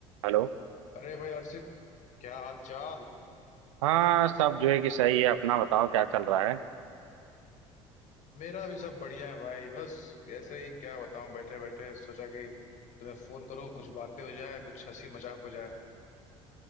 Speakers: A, on the right; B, on the left.
A: Hello
B: अरे भाई अर्षित क्या हाल चाल
A: हाँ सब जो है कि सही है अपना बताओ क्या चल रहा है
B: मेरा भी सब बढ़िया है भाई बस ऐसे ही क्या बताऊं बैठे बैठे सोचा कि तुम्हें फोन करूं कुछ बातें हो जाए कुछ हंसी मजाक हो जाए